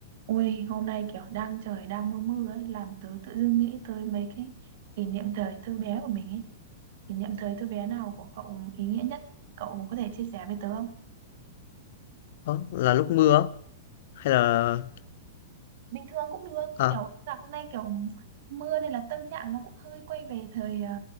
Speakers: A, on the right; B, on the left.
A: Ui, hôm nay kiểu đang trời đang mưa mưa ấy, làm tớ tự dưng nghĩ tới mấy cái kỷ niệm thời thơ bé của mình ấy. Kỷ niệm thời thơ bé nào của cậu ý nghĩa nhất? Cậu có thể chia sẻ với tớ không?
B: Ơ, là lúc mưa á? Hay là
A: Bình thường cũng được,
B: à,
A: kiểu là hôm nay kiểu mưa nên là tâm trạng nó cũng hơi quay về thời ờ,